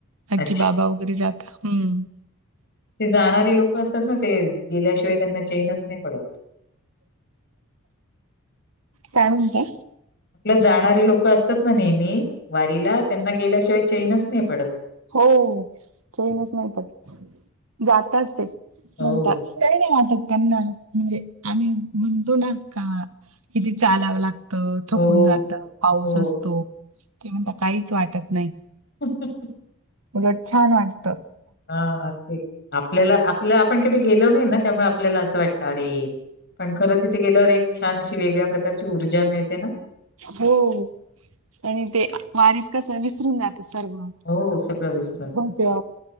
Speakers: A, on the right; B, on the left.
A: आजी
B: अच्छा
A: बाबा वगैरे जाता हम्म
B: ते जाणारे लोक असतात ना ते गेल्याशिवाय त्यांना ैनच नाही पडत
A: काय म्हण का
B: आपलं जाणारे लोक असतात ना नेहमी वारीला त्यांना गेल्याशिवाय चैनच नाही पडत
A: हो चैनच नाही पण जाताच ते
B: हो.
A: म्हणताात काही नाही वाटत त्यांना म्हणजे आम्ही म्हणतो ना का किती चालावं लागत थकून
B: हो,
A: जात पाऊस
B: हो.
A: असतो ते म्हण काहीच वाटत नाही
B: ख
A: उलट छान वाटतं
B: हा ते आपल्याला आपल्या आपण कधी गेलो नाही ना त्यामुळे आपल्याला असं वाटत अरे पण खरं तिथे गेल्यावर एक छान अशी वेगळ्या प्रकारची ऊर्जा मिळते ना
A: हो आणि ते वारीत कस विसरून जात सर्व
B: हो सगळं विस
A: भज